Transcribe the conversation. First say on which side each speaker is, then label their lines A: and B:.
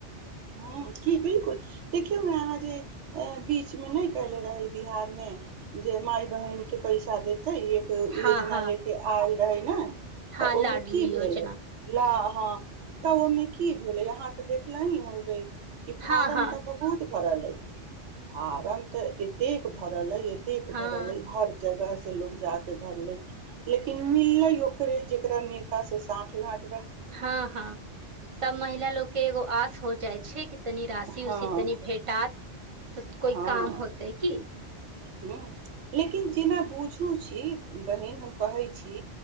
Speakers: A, on the right; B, on the right.
A: ह की बिलकुल देखियौने अहां जे बीच में नहि कले रहे बिहार में जे माय बहिन के पैसा दे तऽ एक योजना
B: हँ हँ
A: लेके आयल रहइ ने
B: हँ
A: तऽ
B: लाडली
A: ओहिमे की
B: योजना
A: भेलै ल हँ तब ओमे भेलले यहा ते देखले ही होबे की
B: हँ
A: फार्म
B: हँ
A: तऽ बहुत भरेलै फारम तऽ एतेक भरलै एतेक
B: हँ
A: भरलै हर जगह स लोग जाक भरलै लेकिन मिललै ओकरे जेकरा नेता से सांठ घाट
B: हँ हँ सब महिला लोग के एगो आस हो जाइ छै कि तनी रासी
A: हँ
B: उसी तनी भेटात तऽ कोइ
A: हँ
B: काम होतै की
A: ह लेकिन जेना बुझू छी बहिन हम कहै छी